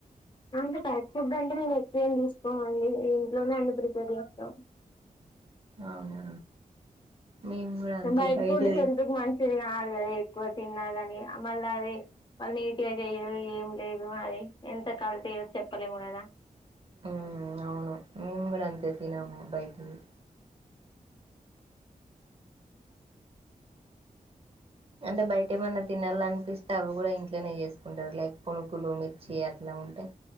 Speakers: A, on the left; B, on the right.
A: అంటే బయట ఫుడ్ అంటే మేము ఎక్కువ ఏమి తీసుకోమండి ఇంట్లోనే అన్ని ప్రిపేర్ చేస్తాం
B: అవునా మేము కూడా అంతే
A: బయటి
B: బయటిది
A: ఫుడ్ హెల్తికి మంచిది కాదు ఎక్కువ తిన్నా కాని మళ్ళ అది వాళ్ళు నీట్ గా చెయరు ఏం లేదు అది ఎంత కల్తిఓ చెేప్పలేం కదా
B: ఉ అవును మేం కూడా అంతే తినము బైటివి అంటే బయట ఏమన్న తినాలనిపిస్తే అవి కూడా ఇంట్లోనే చేసుకుంటరు లైక్ పుణగులు మిర్చి అట్లా ఉంటయి